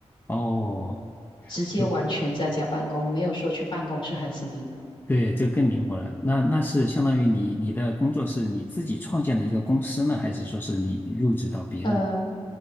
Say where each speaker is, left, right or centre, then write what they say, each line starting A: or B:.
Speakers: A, on the left; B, on the left.
A: 哦。
B: 直接完全在家办公，
A: <laughs>
B: 没有说去办公室还是什么的。
A: 对，这个更灵活了。那那是相当于你你的工作是你自己创建的一个公司呢，还是说是你入职到别人？
B: 呃，